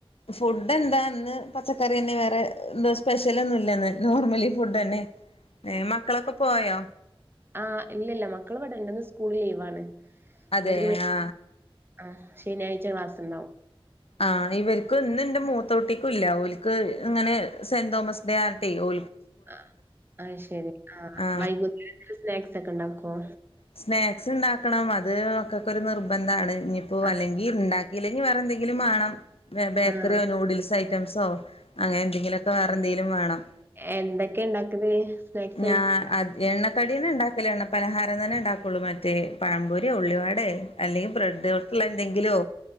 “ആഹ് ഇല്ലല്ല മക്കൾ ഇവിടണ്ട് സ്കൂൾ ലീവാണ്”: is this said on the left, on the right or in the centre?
Right